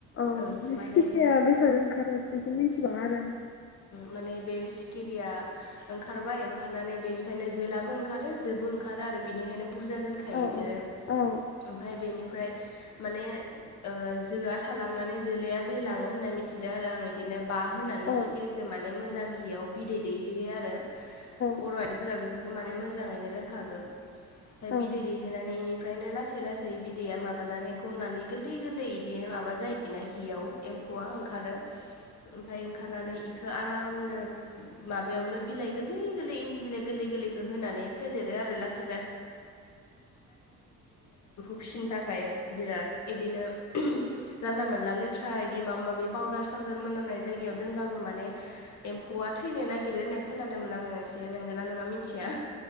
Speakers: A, on the left (about 45°); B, on the left (about 65°).
A: औ
B: ओं
A: बे
B: माने
A: सथिरिया बेसाद ओंखारो बेखौ मिथि। आराम
B: माने बे सिखिरिया ओंखारबाय ओंखारनानै बेनिफ्रायनो जोलाबो ओंखारो। जोबो ओंखारो आरो बिनिखायनो बुरजा दोनखायो
A: आंबो
B: बिसोरो
A: औ
B: ओमफ्राय बेनिफ्राय। माने जोआ थालांनानै जोलैया बिरलाङो होननानै मिथिदों आरो आं बिदिनो। बा होनानै
A: औ
B: सिखिरिखौ माने मोजां हियाव बिदै दैहैयो आरो बर'
A: औ
B: आइजोफोरा बेफोरखौ माने मोजाङैनो रोंखागोन। दमफ्राय
A: औ
B: बिदै दैहोनानै बेनिफ्रायनो लासै लासै बिदैया माबानानै गनानै गोरलै गोरलै बिदि। माबा जायोना हियाव एम्फौआ ओंखारो ओमफफ्राय ओंखारनानै। बेखौ आरामनो माबायावनो बिलाइ गोरलै गोरलै इन्दि बिलाइ गोरलै गोरलैखौ होनानै फेदेर। ला ज फिसिनो थाखाय बिराद इदिनो जानला मोनला लेथ्रा बिदि माबा माबि पाउदार साव द मोनामनाय जायायाव दोनबाय। आङो माने एम्फौआ थैनो नागिरो होननाय खोनादोंमोन आङो एसे नोंगोनना नोंखौ मिथिया